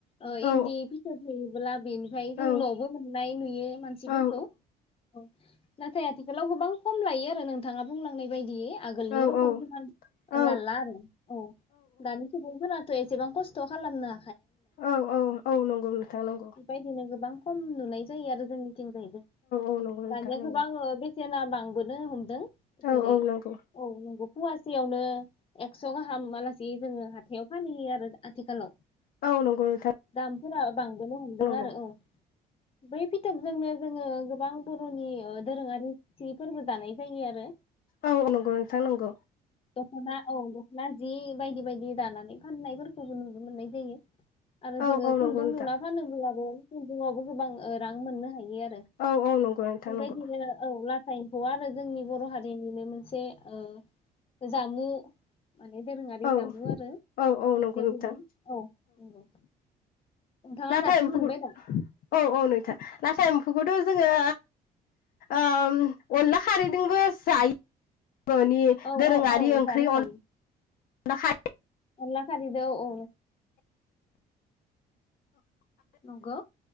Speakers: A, on the left; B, on the left.
A: ओ
B: औ
A: इन्दि फिथोब होयोब्ला बेनिफ्राय जों
B: औ
A: न'बो मोननाय नुयो मानसिफोरखौ
B: औ
A: औ। नाथाय आथिखालाव गोबां खम लायो आरो नोंथाङा बुंलांनाय बायदि आगोलनि
B: औ
A: रखम हिमान
B: औ
A: लाला आरो औ दानि सुबुंफोरा थ' एसेबां खस्थ' खालामना।
B: औ औ औ नंगौ नोंथां नंगौ।
A: बेबायदिनो गोबां खम नुनाय जायो आरो जोंनि थिंजायबो
B: औ नंगौ नोंथां
A: दानिया
B: नंगौ
A: गोबां
B: औ
A: अ बे सेना बांबोनो हमदों। जेरै
B: औ नंगौ
A: औ नंगौ। फुवासेयावनो एक्स' गाहाम आलासि जोङो हाथायाव फानहैयो आरो आथिखालाव
B: औ नंगौ नोंथां
A: दाम। <unintelligible> बांबोनो हमदों
B: नंगौ
A: आरो औ बै फिथोबजोंनो जोङो गोबां बर'नि अ दोरोङारि जिफोरबो दानाय जायो आरो।
B: औ औ नंगौ नोंथां नंगौ
A: दखना। औ दख'ना जि बायदि बायदि दानानै फाननायफोरखौबो नुनो मोननाय जायो आरो
B: औ
A: जोङो
B: औ
A: खुन्दुं
B: नंगौ नोंथां
A: लुना फानोब्लाबो खुन्दुंआवबो गोबां अ रां मोननो हायो आरो
B: औ औ नंगौ नोंथां
A: बेबायदिनो
B: नंगौ
A: अब्ला एम्फौ आरो जोंनि बर' हारिनिनो मोनसे ओ जामु। माने दोरोङारि
B: औ
A: जामु आरो
B: औ औ नंगौ
A: देवलि
B: नोंथां
A: औ नंगौ। नोंथाङा
B: लाथा
A: जाफेर
B: एम्फौखौ
A: मोनबाय दा
B: औ औ नोंथां लाथा एम्फौखौथ' जोङो ओ अनला खारैजोंबो जायो बर'नि
A: औ
B: दोरोङारि
A: औ औ
B: ओंख्रि
A: जानो हायो
B: अन दखाय
A: अनला खारिदो औ नंगौ